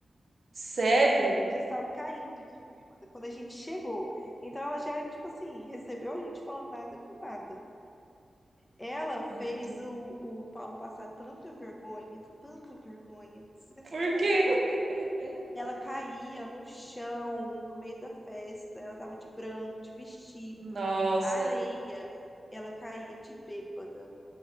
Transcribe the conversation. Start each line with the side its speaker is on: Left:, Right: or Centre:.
Right: Sério?
Left: Já estava caindo de bêbada quando a gente chegou. Então ela já, tipo assim, recebeu a gente falando nada com nada. Ela fez
Right: Ai, meu Deus.
Left: o, o Paulo passar tanta vergonha, tanta vergonha, que você
Right: Por
Left: não tem noção,
Right: quê?
Left: não.
Right: <laughs>
Left: Ela caía no chão, no meio da festa. Ela tava de branco, de vestido,
Right: Nossa.
Left: areia. Ela caía de bêbada.